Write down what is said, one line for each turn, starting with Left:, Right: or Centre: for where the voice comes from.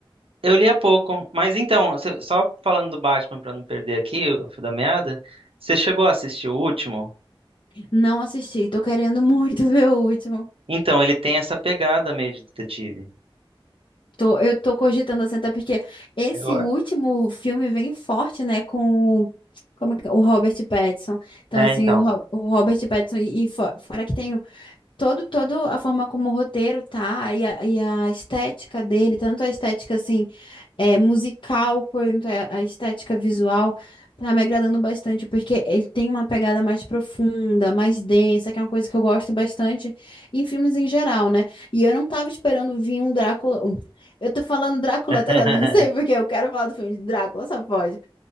Right: Eu li há pouco, mas então, cê- só falando do Batman pra não perder aqui o fio da meada, você chegou a assistir o último?
Left: Não assisti, tô querendo muito <laughs> ver o último.
Right: Então, ele tem essa pegada meio de detetive.
Left: Tô, eu tô cogitando assim, até porque esse
Right: Eu-
Left: último filme vem forte, né, com como é que- o Robert Pattinson. Então,
Right: É,
Left: assim,
Right: então.
Left: o, Ro- o Robert Pattinson, e, e fo- fora que tem todo, todo a forma como o roteiro tá e a, e a estética dele, tanto a estética assim é, musical quanto a, a estética visual, tá me agradando bastante porque ele tem uma pegada mais profunda, mais densa, que é uma coisa que eu gosto bastante em filmes em geral, né? E eu não tava esperando vir um Drácula. um- Eu tô falando Drácula
Right: <laughs>
Left: toda hora, não sei porque eu quero falar do filme de Drácula, só pode.